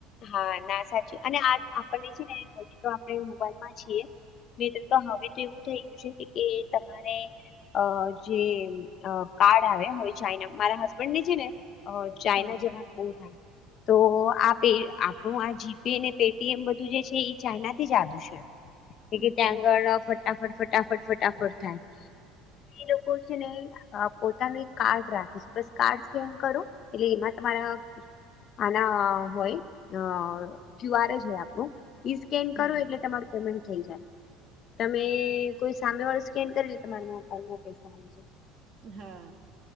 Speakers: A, on the left; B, on the right.
A: હા ના સાચી, અને આ આપને છે ને, હજી તો આપણે મોબાઈલ માં છીએ. નેતૃત્વ હવે તો એવું થયું છે કે તમારે અ જે કાર્ડ આવે, હવે ચાઈના મારા હસબન્ડ ને છે ને ચાઈના
B: હા
A: જવાનું બહુ થાય તો, આપ આપણું આ જીપેપેટી એમ બધું જે છે, એ ચાઈના થી જુદુ છે. કે, કે
B: ઓકે
A: ત્યાં આગળ ફટાફટ, ફટાફટ, ફટાફટ થાય, એ લોકો છે ને પોતાનું એક કાર્ડ રાખીશ, બસ કાર્ડ સ્કેન કરું, એટલે એમાં તમારા આના હોય, અ ક્યુઆર જ હોય, આપણું ઈ સ્કેન
B: હા
A: કરું, એટલે તમારુ પેમેન્ટ થઈ જાય. તમે કોઈ સામે વાળું સ્કેન કરી લે, તમારા ઓનલાઇન પૈસા આવી જાય.
B: હા